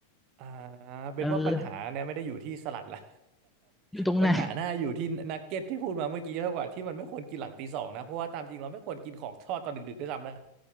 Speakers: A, on the right; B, in the centre.
A: อ่าเป็นว่าปัญหาเนี่ยไม่ได้อยู่ที่สลัดละ
B: เอออยู่ตรงไหน
A: <laughs> ปัญหาหน้าอยู่ที่นักเก็ตที่พูดมาเมื่อกี้มากกว่าที่มันไม่ควรกินหลังตีสองนะเพราะว่าตามจริงเราไม่ควรกินของทอดตอนดึกๆด้วยซ้ำนะ